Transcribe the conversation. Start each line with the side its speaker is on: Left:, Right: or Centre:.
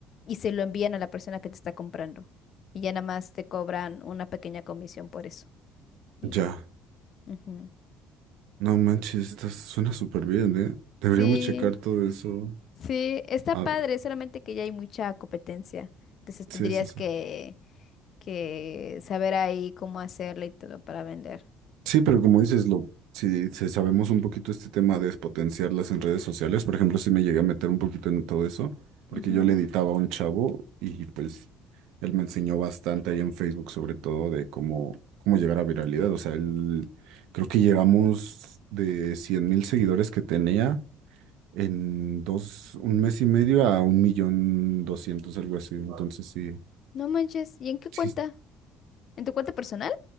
Left: y se lo envían a la persona que te está comprando. Y ya nada más te cobran una pequeña comisión por eso. Y
Right: Ya.
Left: ya. Ujú.
Right: No manches, está, suena súper bien, ¿eh? Deberíamos
Left: Sí.
Right: checar todo eso.
Left: Sí, está
Right: Ah,
Left: padre, solamente que ya hay mucha competencia. Entonces
Right: sí,
Left: tendrías
Right: sí, sí.
Left: que, que saber ahí cómo hacerle y todo para vender.
Right: Sí, pero como dices, lo, si, si sabemos un poquito este tema de potenciarlas en redes sociales, por ejemplo, si me llegué a meter un poquito en todo eso, porque
Left: Ujú.
Right: yo le editaba a un chavo y pues él me enseñó bastante ahí en Facebook, sobre todo de cómo, cómo llegar a viralidad. O sea, él, creo que llegamos de 100 mil seguidores que tenía en dos, un mes y medio a un millón doscientos, algo así. Entonces sí,
Left: No manches, ¿y en qué cuenta?
Right: sí es-
Left: ¿En tu cuenta personal?